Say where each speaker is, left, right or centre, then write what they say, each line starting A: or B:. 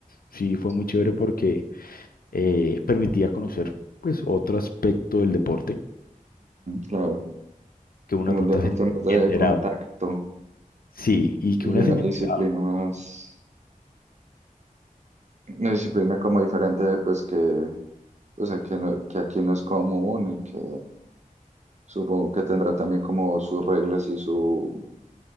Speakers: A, on the left; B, on the right.
A: sí fue muy chévere
B: Ujú,
A: porque eh, permitía conocer pues otro aspecto del deporte
B: claro,
A: que uno
B: como
A: de pronto
B: un deporte
A: se en-
B: más de
A: enterado.
B: contacto
A: Sí, y que
B: y
A: uno
B: una
A: se enterado.
B: disciplina más, una disciplina como diferente, pues que, o sea, que, no- que aquí no es común y que supongo que tendrá también como sus reglas y su,